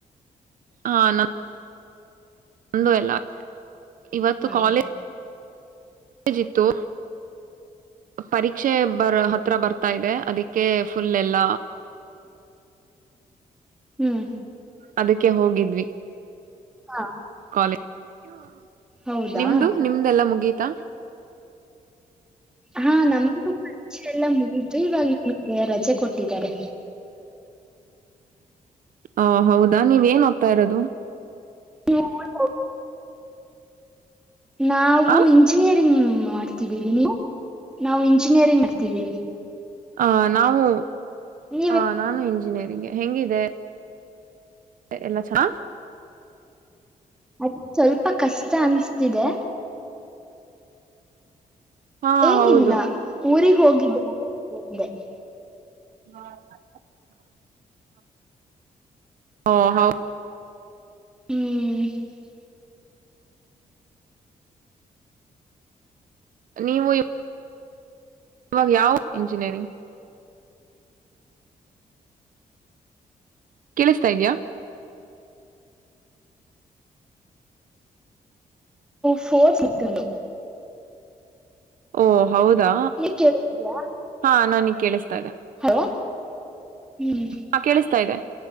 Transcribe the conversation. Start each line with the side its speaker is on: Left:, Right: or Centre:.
Right: ಹಾ ನ ಒಂದು ಎಲ್ಲ ಇವತ್ತು
Centre: ಹ್ಮ್
Right: ಕಾಲೇಜ್ ಕಾಲೇಜ್ ಇತ್ತು ಪರೀಕ್ಷೆ ಬರ್ ಹತ್ರ ಬರ್ತಾ ಇದೆ ಅದಕ್ಕೆ ಫುಲ್ ಎಲ್ಲ
Centre: ಹ್ಮ್
Right: ಅದಕ್ಕೆ ಹೋಗಿದ್ವಿ
Centre: ಹ
Right: ಕಾಲಿ ಹ ಹ
Centre: ಹೌದಾ
Right: ನಿಮ್ದು ನಿಮ್ದೆಲ್ಲಾ ಮುಗೀ ತ್ತ
Centre: ಹಾ ನಮಗೂಷ ಎಲ್ಲ ಮು ಇತ್ತು ಇವಾಗ ರಜೆ ಕೊಟ್ಟಿದ್ದಾರೆ
Right: ಹ ಹೌದಾ ನೀವ್ ಏನ್ ಹೋಗ್ತಾ ಇರೋದು
Centre: ನೀ ಹ ನಾವು
Right: ಆ
Centre: ಇಂಜಿನಿಯರಿಂಗ್ ಮಾಡ್ತಿದ್ದೀರಿ ನೀವು ನಾವು ಇಂಜಿನಿಯರಿಂಗ್ ದ್ದೀರಿ
Right: ಆ ನಾವು
Centre: ನೀವ
Right: ಹ ನಾನು ಇಂಜಿನಿಯರಿಂಗ್ಗೆ ಹೆಂಗ <inaudible> ಎಲ್ಲಾ ಚಾ
Centre: ಅದ ಸ್ವಲ್ಪ ಕಷ್ಟ ಅನ್ಸ್ತಿದೆ
Right: ಹಾ
Centre: ಏನಿಲ್ಲ
Right: ಹೌದು
Centre: ಊರಿಗ್ ಹೋಗಿದ್ದೆ <inaudible>
Right: ಹಾ <inaudible> ಹಾ ಹೌ
Centre: ಹ್ಮ್
Right: ನೀವು ಇವಾಗ ಯಾವ ಇಂಜಿನಿಯರಿಂಗ್ ಕೇಳಿಸ್ತಾ ಇದ್ಯಾ
Centre: ಫೋ <unintelligible>
Right: ಹೂ ಹೌದಾ
Centre: ನೀ ಕೇಳಿದ್ಯಾ
Right: ಹಾ ನಾನ ಕೇಳಿಸ್ತಾ ಇದೆ
Centre: ಹಲೋ ಹ್ಮ್
Right: ಹ ಕೇಳಿಸ್ತಾ ಇದೆ